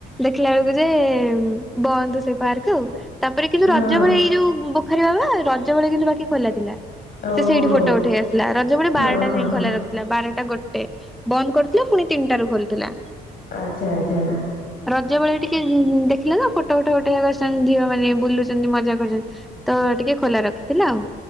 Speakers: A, in the centre; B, on the left (about 60°).
A: ଦେଖିଲା ବେଳକୁ ଯେ ବନ୍ତୁ ସେଇ ପାର୍କ ଆଉ ତାପରେ କିନ୍ତୁ
B: ହଁ
A: ରଜ ବଳେ ଏଇ ଯୋଉ ବଖାରୀ ବାବା ରଜ ବେଳେ କିନ୍ତୁ ବାକି ଖୋଲା ଥିଲା
B: ଓହୋ
A: ସେଇଠି ଫଟୋ ଉଠେଇବର ଥିଲା ରଜ ବେଳେ
B: ହଁ
A: ବାରଟା
B: ହଁ
A: ଯାଇଁ
B: ହଁ
A: ଖୋଲା ଥି ବାରଟା ଗୋଟେ ବନ୍ଦ କରିୁଥିଲା ପୁଣି ତିନିଟାରୁ ଖୋଲୁଥିଲା।
B: ଆଛା ଆଛା।
A: ରଜ ବେଳେ ଟିକେ ଉଁ ଦେଖିଲେ ତ ଫଟୋ ଫଟ ଉଠେଇବାକୁ ଆସୁଛନ୍ତି ଝିଅ ମନେ ବୁଲୁଚନ୍ତି ମଜା କରୁଛନ୍ତି। ତ ଟିକେ ଖୋଲା ରଖିଥିଲା ଆଉ।